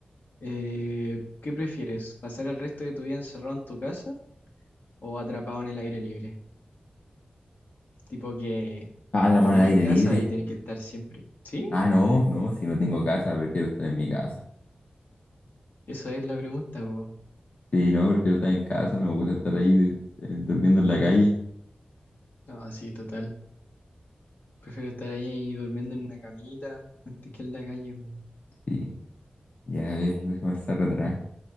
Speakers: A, on the left (about 75°); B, on the left (about 50°).
A: Eh, ¿qué prefieres? ¿Pasar el resto de tu vida encerrado en tu casa o atrapado en el aire libre. Tipo que
B: Ah, atrapado
A: no tenéis
B: en el aire
A: casa
B: libre.
A: y tenéis que estar siempre. ¿Sí?
B: Ah, no, no, si no tengo casa, prefiero estar en mi casa.
A: Esa es la pregunta, po.
B: Sí, no, prefiero estar en casa, no me gusta estar ahí de- eh, durmiendo en la calle.
A: No, sí, total. Prefiero estar ahí durmiendo en una camita antes que en la calle, weón.
B: Sí, ya, a ver, déjame estar atrás,